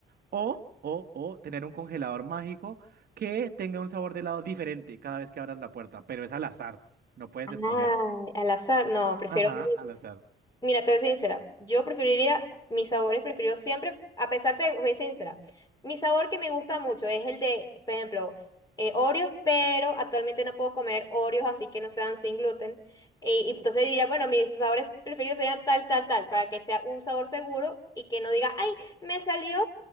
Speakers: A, on the right; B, on the left.
A: O, o, o tener un congelador mágico que tenga un sabor de helado diferente cada vez que abras la puerta, pero es al azar, no puedes
B: Ah,
A: escoger.
B: al azar, no, prefiero.
A: Ajá, al azar.
B: Mira, te voy a ser sincera. Yo preferiría, mis sabores preferidos siempre, a pesar de, voy a ser sincera. Mi sabor que me gusta mucho es el de, por ejemplo, eh, Oreos, pero actualmente no puedo comer Oreos así que no sean sin gluten. Y, y entonces diría, bueno, mis sabores preferidos serían tal, tal, tal, para que sea un sabor seguro y que no diga, ay, me salió